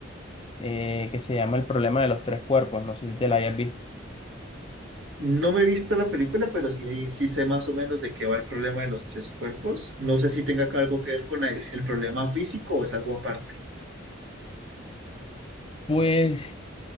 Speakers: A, on the left (about 25°); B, on the right (about 70°).
A: eh, que se llama El problema de los tres cuerpos. No sé si te la hayas visto.
B: No me he visto la película, pero sí, sí sé más o menos de qué va el problema de los tres cuerpos. No sé si tenga que- algo que ver con el, el problema físico o es algo aparte.
A: Pues